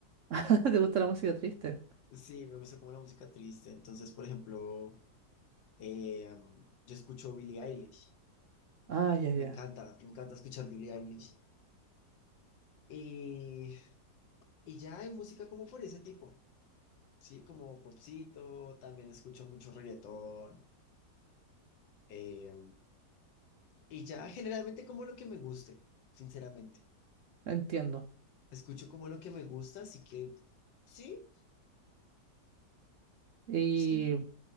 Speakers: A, on the right; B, on the left.
A: <laughs> ¿Te gusta la música triste?
B: Sí, me gusta como la música triste. Entonces, por ejemplo, eh, yo escucho Billie Eilish.
A: Ah, ya, ya,
B: Me encanta, me encanta escuchar Billie Eilish. Y, y ya hay música como por ese tipo, sí, como popcito, también escucho mucho reggaetón. eh, y ya generalmente como lo que me guste, sinceramente.
A: entiendo.
B: Escucho como lo que me gusta, así que sí,
A: Y
B: sí,